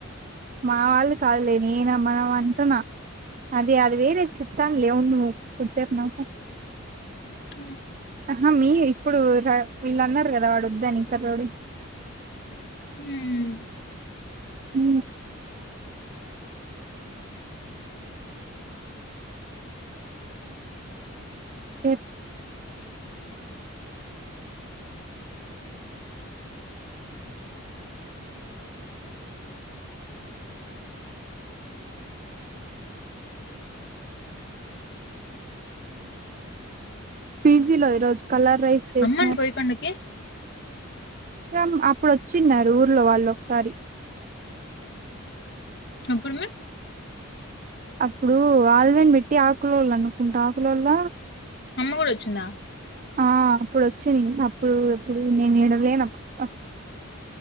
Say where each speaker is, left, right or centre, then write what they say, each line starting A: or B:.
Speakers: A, on the right; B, on the left.
A: మా వాళ్ళు కాదులే నేనమ్మన మనం అంటున్నా అదే అది వేరే చెప్తానులే అవును కొద్ది సేపు నవ్వుకొని
B: అ
A: ఆ హా మీ ఇప్పుడు వీళ్ళున్నారు కదా వాడు వద్దని కర్రోడు
B: హుమ్
A: హు ఎట్ పీజీలో ఈరోజు కలర్ రైస్ చేసినార్
B: అమ్మని బోయకొండకి
A: రమ్ అప్పుడు వచ్చిన్నారు ఊర్లో వాళ్ళు ఒకసారి
B: ఎప్పుడుమే
A: అప్పుడు ఆల్వన్ పెట్టి ఆకులళ అనుకుంటా ఆకులోల
B: అమ్మ కూడ వచ్చిందా
A: ఆ అప్పుడు వచ్చింది అప్పుడు ఇప్పుడు నేను ఇడలేనప్పుడు